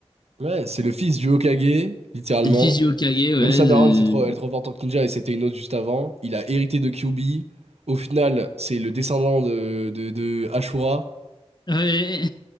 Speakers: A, on the right; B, on the left.
A: Ouais, c'est le fils du Hokage, littéralement.
B: C'est le fils du Hokage, ouais.
A: Même sa
B: euh,
A: daronne, c'est trop, elle est trop forte en ninja et c'était une autre juste avant. Il a hérité de Kyuubi. Au final, c'est le descendant de, de, de Ashura.
B: ouais.